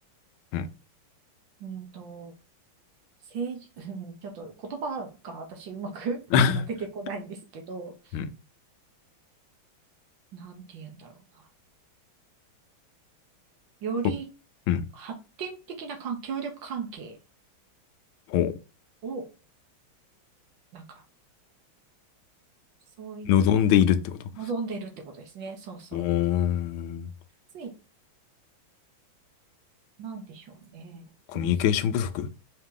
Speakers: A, on the left; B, on the right.
A: うん。
B: う、うんと、政治、<laughs> うんちょっと言葉が私うまく <laughs>
A: <laughs>
B: 今出てこないんですけど、
A: うん。
B: なんて言うんだろうな。より
A: ほうん。
B: 発展的な関協力関係
A: ほう。
B: を、なんか、そうい
A: 望んでいるってこと。
B: う、望んでるってことですね。そうそう。
A: うーん。
B: ついなんでしょうね。
A: コミュニケーション不足
B: どう説明。